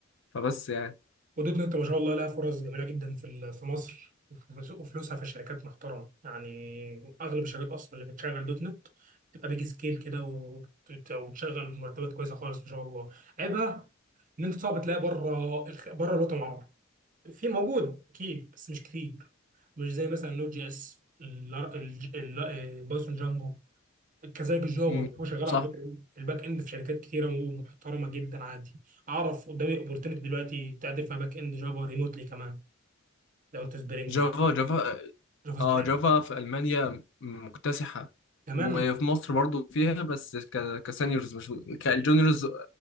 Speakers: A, on the left; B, on the right.
A: فبس يعني
B: ودوت نت ما شاء الله لها فرص جميله جدا في ال- في مصر وف- وفلوسها في الشركات محترمه يعني اغلب الشركات اصلا اللي بتشغل دوت نت بتبقى بيج سكيل كده وبت- وبتشغل بمرتبات كويسه خالص ما شاء الله عيبها ان انت صعب تلاقي بره الخ... بره الوطن العربي في موجوده اكيد بس مش كتير مش زي مثلا نوت جي اس الار- الج- ال- آه، بايثون جانجو كذلك الجافا
A: امم
B: هو شغال
A: صح
B: على فكره الباك اند في شركات كتيره ومحترمه جدا عادي اعرف قدامي اوبورتونيتي دلوقتي تعدل فيها باك اند جافا ريموتلي كمان لو انت سبرينج
A: جافا
B: يعني
A: جافا
B: جافا سبرينج
A: اه جافا في ألمانيا مكتسحة
B: كمان
A: وفي مصر برضو فيها بس ك- كسينيورز مش كالجونيورز